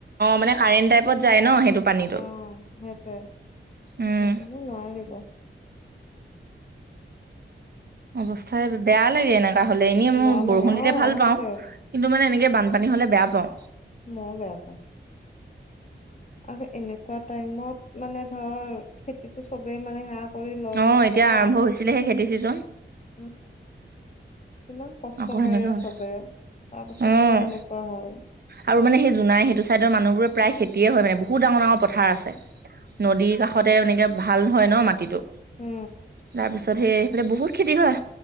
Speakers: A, on the right; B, on the left.
A: মানে কাৰেণ্ট
B: অ সেইটোৱে
A: টাইপত যায় ন সেইটো পানীটো উম
B: তাকে লৰাই দিব
A: অৱস্থাই বেয়া লাগে এনেককা হলে এনেই মই
B: বেয়া লাগে
A: বৰষুণ দিতে
B: অ'
A: ভাল
B: সেইটোৱে
A: পাও কিন্তু মানে এনেকে বানপানী হলে বেয়া পাওঁ
B: ময়ো বেয়া পাওঁ আৰু এনেকুৱা টাইমত মানে ধৰ খেতিতটো চবেই মানে সেয়া কৰি লৈ
A: অ'
B: মুঠে
A: এতিয়া
B: ন
A: আৰম্ভ হৈছিলেহে খেতি ছিজন
B: উম ইমান কষ্ট
A: আকৌ
B: কৰে
A: সেনেকে হয়
B: চবে তাৰ পাছত
A: অ'
B: বোলে এনেকুৱা হয়
A: আৰু মানে সেই জোনাই সেইটো চাইদৰ মানুহবোৰে প্ৰায় খেতিয়ে হয় মানে বহুত ডঙৰ ডাঙৰ পথাৰ আছে নদীৰ কাষতে এনেকে ভাল হয় ন মাটিটো
B: উম,
A: তাৰপিছত সেই সেইফালে বহুত খেতি হয়